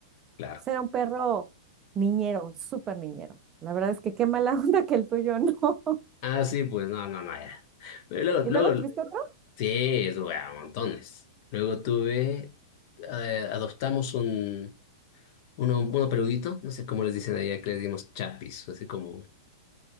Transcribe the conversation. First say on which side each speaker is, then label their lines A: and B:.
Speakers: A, on the left; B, on the right.
A: Claro.
B: sea, Era un perro niñero, súper niñero. La verdad es que qué mala <laughs> onda que el tuyo no.
A: Ah, sí, pues no, no, no era. Pero luego,
B: ¿Y
A: luego,
B: luego tuviste otro?
A: sí, eso, bueno, montones. Luego tuve, eh, adoptamos un, uno, uno peludito, no sé cómo les dicen allá, que les dimos chapis, así como,